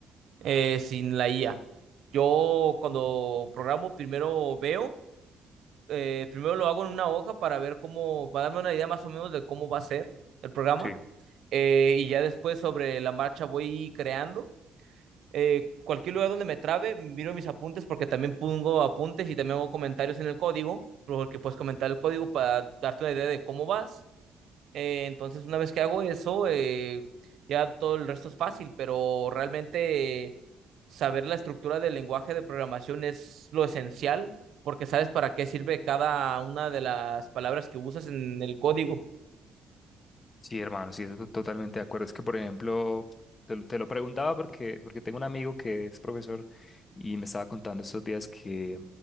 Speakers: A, on the right; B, on the left.
A: eh, sin la IA. Yo cuando programo primero veo eh, primero lo hago en una hoja para ver cómo, para darme una idea más o menos de cómo va a ser el programa.
B: sí.
A: Eh, y ya después sobre la marcha voy creando. Eh, cualquier lugar donde me trabe, miro mis apuntes porque también pongo apuntes y también hago comentarios en el código, porque puedes comentar el código para darte una idea de cómo vas. Eh, entonces, una vez que hago eso, eh, ya todo el resto es fácil, pero realmente eh, saber la estructura del lenguaje de programación es lo esencial, porque sabes para qué sirve cada una de las palabras que usas en el código.
B: Sí, hermano, sí, to- totalmente de acuerdo. Es que, por ejemplo, te, lo te lo preguntaba porque, porque tengo un amigo que es profesor y me estaba contando estos días que,